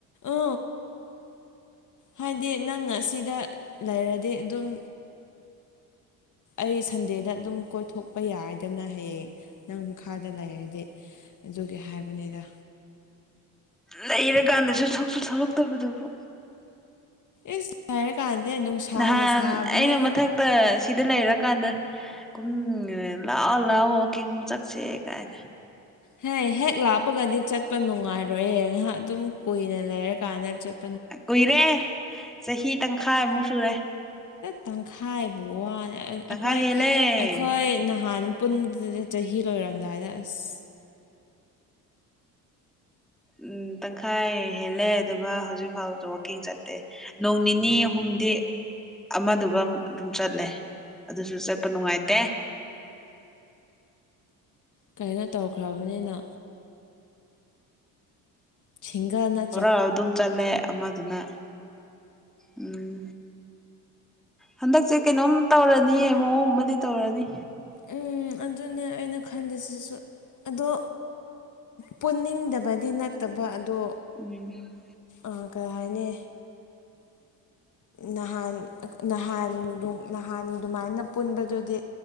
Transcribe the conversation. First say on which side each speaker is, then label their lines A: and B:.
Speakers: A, on the left; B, in the centre.
A: ꯎ ꯍꯥꯏꯗꯤ ꯅꯪꯅ ꯑꯁꯤꯗ ꯂꯩꯔꯗꯤ ꯑꯗꯨꯝ ꯑꯩ ꯁꯟꯗꯦꯗ ꯑꯗꯨꯝ ꯀꯣꯏꯊꯣꯛꯄ ꯌꯥꯏꯗꯅ ꯍꯌꯦꯡ ꯅꯪ ꯃꯈꯥꯗ ꯂꯩꯔꯗꯤ ꯑꯗꯨꯒꯤ ꯍꯥꯏꯕꯅꯤꯗ
B: ꯂꯩꯔꯀꯥꯟꯗꯁꯨ ꯁꯁꯨ ꯁꯂꯛꯇꯕꯗꯨꯕꯨ
A: ꯏꯁ ꯍꯥꯏꯔ ꯀꯥꯟꯗꯦ ꯅꯨꯡꯁꯥꯅ
B: ꯅꯍꯥꯟ
A: ꯁꯥꯕꯅꯦ
B: ꯑꯩꯅ
A: ꯍꯣꯏ
B: ꯁꯤꯗ ꯂꯩꯔꯀꯥꯟꯗ ꯀꯨꯝ ꯂꯥꯛꯑꯣ ꯂꯥꯛꯑꯣ ꯆꯠꯁꯦ ꯀꯥꯏ
A: ꯍꯦ ꯍꯦꯛ ꯂꯥꯞꯄꯒꯗꯤ ꯆꯠꯄ ꯅꯨꯡꯉꯥꯏꯔꯣꯏ ꯉꯥꯏꯍꯥꯛ ꯑꯗꯨꯝ ꯀꯨꯏꯅ ꯂꯩꯔꯀꯥꯟꯗ ꯆꯠ
B: ꯀꯨꯏꯔꯦ ꯆꯍꯤ ꯇꯪꯈꯥꯏꯃꯨꯛ ꯁꯨꯔꯦ
A: ꯇꯪꯈꯥꯏꯕꯨ ꯋꯥꯅꯤ ꯑꯩꯈꯣꯏ
B: ꯇꯪꯈꯥꯏ ꯍꯦꯜꯂꯦ
A: ꯑꯩꯈꯣꯏ ꯅꯍꯥꯟ ꯄꯨꯟꯁꯤꯗ ꯆꯍꯤ ꯂꯣꯏꯔꯝꯗꯥꯏꯗ ꯑꯁ
B: ꯎꯝ ꯇꯪꯈꯥꯏ ꯍꯦꯜꯂꯦ ꯑꯗꯨꯒ ꯍꯧꯖꯤꯛ ꯐꯥꯎꯗ ꯋꯀꯤꯡ ꯆꯠꯇꯦ ꯅꯣꯡ ꯅꯤꯅꯤ ꯑꯍꯨꯝꯗꯤ ꯑꯃꯗꯨꯒ ꯑꯗꯨꯝ ꯆꯠꯂꯦ ꯑꯗꯨꯁꯨ ꯆꯠꯄ ꯅꯨꯡꯉꯥꯏꯇꯦ
A: ꯀꯩꯅꯣ ꯇꯧꯈ꯭ꯔꯕꯅꯤꯅ ꯁꯤꯡꯒꯥꯅ
B: ꯌꯥꯔ ꯑꯗꯨꯝ ꯆꯠꯂꯦ ꯑꯃꯗꯨꯅ ꯎꯝ ꯍꯟꯗꯛꯁꯦ ꯀꯩꯅꯣꯝ ꯇꯧꯔꯅꯤꯌꯦ ꯃꯑꯣꯡ ꯑꯃꯗꯤ ꯇꯧꯔꯅꯤ
A: ꯎꯝ ꯑꯗꯨꯅꯦ ꯑꯩꯅ ꯈꯜꯂꯤꯁꯤꯁꯨ ꯑꯗꯣ ꯄꯨꯅꯤꯡꯗꯕꯗꯤ ꯅꯠꯇꯕ ꯑꯗꯣ
B: <unintelligible>
A: ꯑꯥ ꯀꯩ ꯍꯥꯏꯅꯤ ꯅꯍꯥꯟ ꯅꯍꯥꯟ ꯅꯍꯥꯟ ꯑꯗꯨꯃꯥꯏꯅ ꯄꯨꯟꯕꯗꯨꯗꯤ